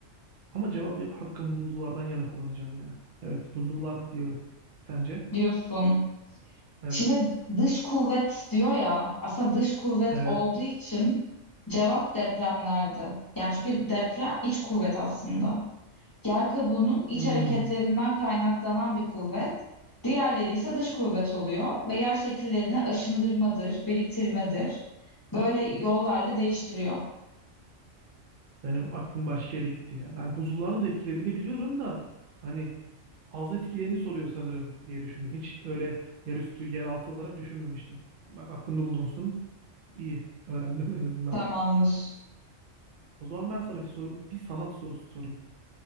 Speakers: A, on the right; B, on the left.
A: Ama cevap hakkımı buzullardan yana kullanacağım ya. Evet buzullar diyorum. Sence?
B: diyorsun.
A: Evet.
B: Şimdi dış kuvvet diyor ya, aslında dış kuvvet
A: Evet.
B: olduğu için cevap depremlerdi. Yani çünkü deprem iç kuvvet aslında. Yer kabuğunun iç
A: Hmm,
B: hareketlerinden kaynaklanan bir kuvvet, diğerleri ise dış kuvvet oluyor ve yer şekillerini aşındırmadır, biriktirmedir. Böyle yollarla değiştiriyor.
A: benim aklım başka yere gitti ya. Ben buzulların da etkilediğini biliyorum da hani Az etkileni soruyor sanırım diye düşündüm. Hiç öyle yerüstü, yeraltı olarak düşünmemiştim. Bak aklımda bulunsun. İyi. Öğrendim en azından.
B: Tamamdır.
A: O zaman ben sana bir soru, bir sanat sorusu sorayım.